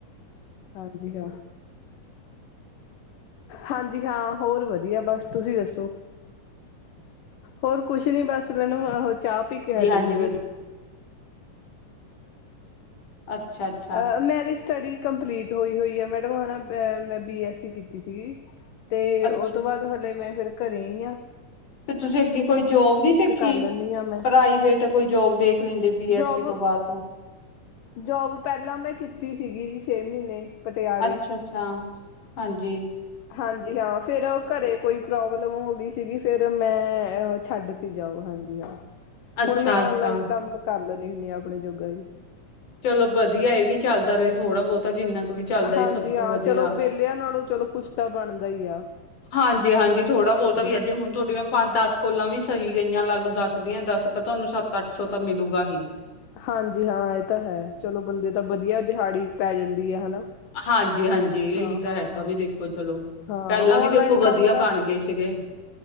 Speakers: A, on the left; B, on the left.
A: ਹਾਂਜੀ ਹਾਂ ਹਾਂਜੀ ਹਾਂ ਹੋਰ ਵਧੀਆ ਬਸ ਤੁਸੀਂ ਦੱਸੋ ਹੋਰ ਕੁਛ ਨੀ ਬਸ ਮੈਨੂੰ ਉਹਹ ਚਾਹ ਪੀ
B: ਹਾਂਜੀ
A: ਕੇ ਹਟੇ
B: ਹਾਂਜੀ
A: ਸੀਗੇ
B: ਵਧੀਆ ਅੱਛਾ ਅੱਛਾ
A: ਅ ਮੇਰੀ ਸਟਡੀ ਕੰਪਲੀਟ ਹੋਈ ਹੋਈ ਆ ਮੈਡਮ ਮੈਂ ਬੀ ਐਸ ਸੀ ਕੀਤੀ ਸੀਗੀ ਤੇ
B: ਅੱਛਾ
A: ਉਹ ਤੋਂ ਬਾਅਦ ਹਲੇ ਮੈਂ ਫਿਰ ਘਰੇ ਹੀਈ ਆ
B: ਫ ਤੁਸੀਂ ਅੱਗੇ ਕੋਈ ਜੋਬ ਨੀ ਦੇਖੀ
A: ਕਰ ਲੈਂਦੀ ਹਾਂ ਮੈਂ
B: ਪ੍ਰਾਈਵੇਟ ਕੋਈ ਜੋਬ ਦੇਖ ਲੈਂਦੇ ਬੀ ਐੱਸਸੀ
A: ਜੋਬ
B: ਤੋਂ ਬਾਅਦ ਅਫ <unintelligible>
A: ਜੋਬ ਪਹਿਲਾਂ ਮੈਂ ਕੀਤੀ ਸੀਗੀ ਜੀ ਛੇ ਮਹੀਨੇ ਪਟਿਆਲੇ
B: ਅੱਛਾ ਅੱਛਾ ਹਾਂਜੀ
A: ਹਾਂਜੀ ਹਾਂ ਫਿਰ ਘਰੇ ਕੋਈ ਪ੍ਰੋਬਲਮ ਹੋ ਗਈ ਸੀਗੀ ਫਿਰ ਮੈਂ ਛੱਡ ਤੀ ਜੌਬ ਹਾਂਜੀ
B: ਅੱਛਾ
A: ਹੁਣ ਮੈਂ ਓਨਲਾਈਨ
B: ਅੱਛਾ
A: ਕੰਮ ਕਰ ਲੈਦੀ ਹੁੰਦੀ ਹਾਂ ਆਪਣੇ ਜੋਗਾ ਜ
B: ਚਲੋ ਵਧੀਆ ਇਹ ਵੀ ਚੱਲਦਾ ਰਹੇ ਥੋੜਾ ਬਹੁਤਾ ਜਿੰਨਾ ਕੁ ਵੀ ਚੱਲਦਾ
A: ਹਾਂਜੀ
B: ਸਭ ਤੋਂ
A: ਹਾਂ
B: ਵਧੀਆ
A: ਚਲੋ ਵਿਹਲਿਆਂ ਨਾਲੋਂ ਚਲੋ ਕੁਸ਼ਤਾ ਬਣਦਾ ਹੀਈ ਆ
B: ਹਾਂਜੀ ਹਾਂਜੀ ਥੋੜਾ ਬਹੁਤ
A: ਹਾਂਜੀ
B: ਵੀ ਅੱਜ
A: ਹਾਂ
B: ਹੁਣ ਥੋੜੀਆਂ ਪੰਜ ਦਸ ਕੋਲਾਂ ਵੀ ਸਹੀ ਗਈਆਂ ਲਾ ਲੂ ਦੱਸ ਦੀਆਂ ਦੱਸ ਤਾਂ ਤੁਹਾਨੂੰ ਸੱਤ ਅੱਠ ਸੌ ਤਾਂ ਮਿਲੂਗਾ ਹੀ
A: ਹਾਂਜੀ ਹਾਂ ਇਹ ਤਾਂ ਹੈ ਚਲੋ ਬੰਦੇ ਤਾਂ ਵਧੀਆ ਦਿਹਾੜੀ ਪੈ ਜਾਂਦੀ ਹੈ ਹਨਾ
B: ਹਾਂਜੀ ਹਾਂਜੀ ਜੀ
A: ਹਾਂ
B: ਇਹੀ
A: ਹਾਂ
B: ਤਾਂ ਹੈਸਾ ਵੀ ਦੇਖੋ ਚਲੋ
A: ਹਾਂ
B: ਪਹਿਲਾਂ ਵੀ
A: ਔਨਲਾਈਨ
B: ਦੇਖੋ ਵਧੀਆ
A: ਕੰਮ ਦਾ
B: ਬਣ ਗਏ ਸੀਗੇ